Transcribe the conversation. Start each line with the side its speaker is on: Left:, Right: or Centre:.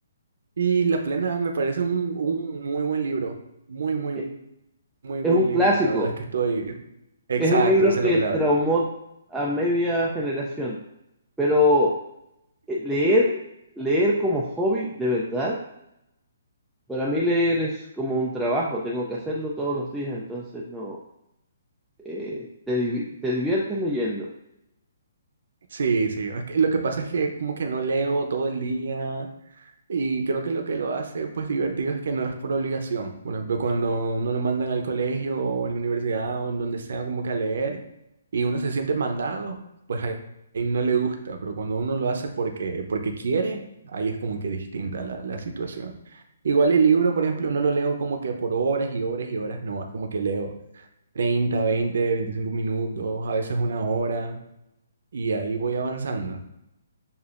Right: Y La Plena me parece un, un muy buen libro, muy, muy,
Centre: E-
Right: muy buen
Centre: Es un
Right: libro.
Centre: clásico,
Right: La verdad es que estoy... Exacto,
Centre: es el libro
Right: esa
Centre: que
Right: es la palabra.
Centre: traumó a media generación, pero eh, leer, leer como hobby, de verdad, para mí leer es como un trabajo, tengo que hacerlo todos los días, entonces no, eh, te divi- te diviertes leyendo.
Right: Sí, sí. Es que lo que pasa es que como que no leo todo el día Y creo que lo que lo hace pues divertido es que no es por obligación. Por ejemplo, cuando uno lo mandan al colegio o en la universidad o en donde sea como que a leer y uno se siente mandado, pues ahí, ahí no le gusta, pero cuando uno lo hace porque, porque quiere, ahí es como que distinta la, la situación. Igual el libro, por ejemplo, no lo leo como que por horas y horas y horas, no, es como que leo 30 20 25 minutos, a veces una hora y ahí voy avanzando.